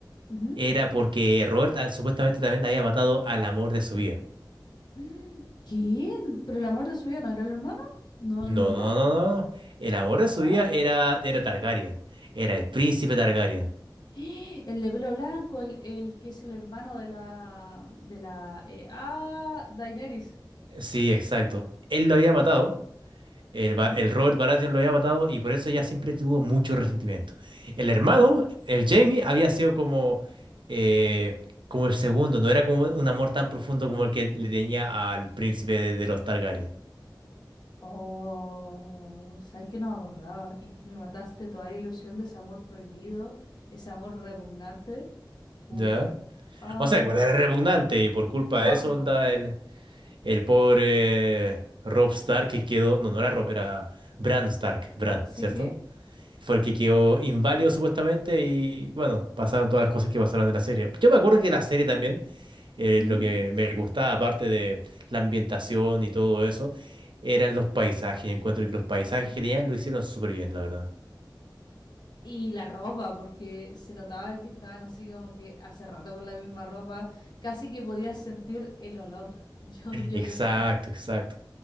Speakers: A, on the left; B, on the right.
A: Ujú.
B: era
A: <gasps>
B: porque Robert ah, supuestamente también había matado al amor de su vida.
A: Mm, ¿Quién? ¿Pero el amor de su vida no era el hermano? ¿No,
B: No,
A: no era?
B: no, no, no. no. El amor
A: Ya.
B: de su vida era, era Targaryen. Era el príncipe Targaryen.
A: <gasps> ¡Ah! El de pelo blanco, el, el que es el hermano de la de la eh, ah, Daenerys.
B: Sí, exacto. Él lo había matado. El,
A: Ujú.
B: Bar- el Robert Baratheon lo había matado y por eso ella siempre tuvo mucho resentimiento. El hermano, el Jaime, había sido como, eh, como el segundo, no era como un amor tan profundo como el que le tenía al príncipe de, de los Targaryen.
A: Oh, sabes que no me acordaba y me mataste toda la ilusión de ese amor prohibido, ese amor repugnante. Pucha.
B: ¿Ya?
A: Ah,
B: O sea, igual era repugnante y por culpa
A: no,
B: de eso,
A: sí, vos.
B: onda, el, el pobre Robb Stark que quedó, no, no era Robb era Bran Stark, Bran,
A: Sí,
B: ¿cierto?
A: sí.
B: fue el que quedó inválido supuestamente y bueno, pasaron todas las cosas que pasaron de la serie. Yo me acuerdo que la serie también, eh,
A: Ujú.
B: lo que me gustaba, aparte de la ambientación y todo eso, eran los paisajes. Y encuentro que los paisajes que tenían lo hicieron súper bien, la verdad.
A: Y la ropa, porque se notaba que estaban así como que hace rato con la misma ropa, casi que podías sentir el olor. <laughs> Yo, yo
B: Exacto,
A: pienso.
B: exacto.